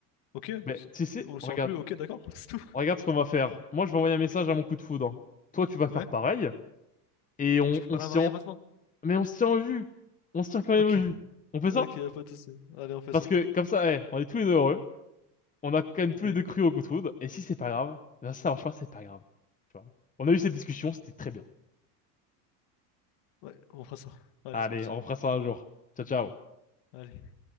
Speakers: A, on the left; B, on the left.
A: ok,
B: bah,
A: c'est-
B: tu sais,
A: on le
B: regarde,
A: saura plus, ok, d'accord, <laughs> c'est tout.
B: regarde ce qu'on va faire. Moi, je vais envoyer un message
A: Oui.
B: à mon coup de foudre. Toi, tu vas
A: Ouais,
B: faire pareil. Et on,
A: mais je peux pas
B: on se
A: la marier
B: tient,
A: maintenant.
B: Mais on se tient au jus. On se tient quand
A: Ok,
B: même au jus. On fait
A: ok,
B: ça?
A: y a pas de souci. Allez, on fait
B: Parce
A: ça.
B: que comme ça, eh, on est tous les deux heureux. On a quand même tous
A: Oui,
B: les deux cru au coup de foudre. Et si c'est pas grave, ben, si ça marche pas, c'est pas grave. Tu vois. On a eu cette discussion, c'était très bien.
A: ouais, on fera ça. Allez,
B: Allez,
A: c'est parti.
B: on refera ça un jour. Ciao, ciao.
A: Allez.